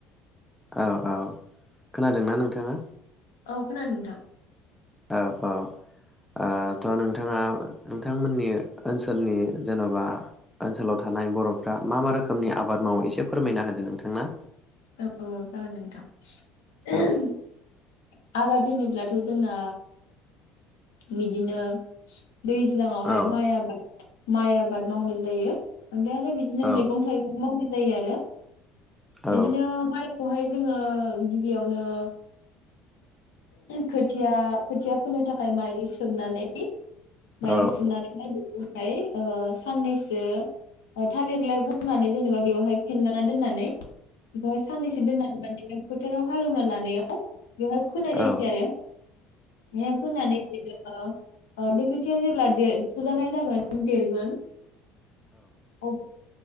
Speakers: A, in the centre; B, on the left.
A: औ औ खोनादोंना नोंथाङा
B: औ खोनादों नोंथां
A: औ औ ओ थ' नोंथाङा नोंथांमोननि ओनसोलनि जेन'बा ओनसोलाव थानाय बर'फ्रा मा मा रोखोमनि आबाद मावो एसे फोरमायना होदो नोंथांना
B: औ जागोन नोंथां <unintelligible>
A: औ
B: आबाद होनोब्लाथ' जोंना बिदिनो दैज्लाङावहाय
A: औ
B: माइ आबाद माइ आबाद मावनाय जायो मालाय बिदिनो
A: औ
B: मैगं थाइगं माव जायो आरो
A: औ
B: बिदिनो माइ बेहाय जोङो गिबियावनो खोथिया खोथिया फोननो थाखाय माइनि सोमनानै माइलि
A: औ औ
B: सोमनानै ओमफ्राय ओ साननैसो थालिरलाय बनानै जेनेबा बेवहाय फेनलाना दोननानै बेहाय <unintelligible> फोथाराव हालेवना लानायाव बे फोनाय
A: औ
B: जायो आरो फोनानै बिदिनो ओ बे खोथिया जेब्ला फुजानाय जागोन देरगोन औ